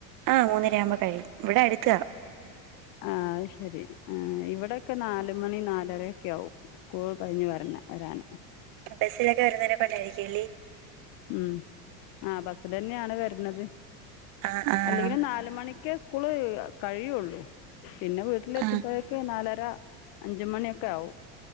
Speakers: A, on the right (about 45°); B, on the left (about 45°).
A: ആഹ് മൂന്നരയാവുമ്പൊ കഴിയും ഇവിടെ അടുത്താ
B: ആഹ് അത് ശരി ആ ഇവിടൊക്കെ നാലുമണി നാലരെക്കെ ആവും. സ്കൂൾ കഴിഞ്ഞ് വര്ണേ വരാന്
A: ബസ്സിലൊക്കെ വരുന്നതിനെ കൊണ്ടായിരിക്കുംല്ലേ
B: ഉം ആഹ് ബസ്സിലെന്നെയാണ് വര്ന്നത്
A: ആഹ് ആഹ്
B: അല്ലെങ്കിലും നാല് മണി ക്കെ സ്കൂള് വെയ്യാ കയ്യോള്ളു പിന്നെ വീട്ട്ലെത്ത്മ്പയേക്ക്
A: ആഹ്
B: നാല ര അഞ്ച്മണിയൊക്കാവും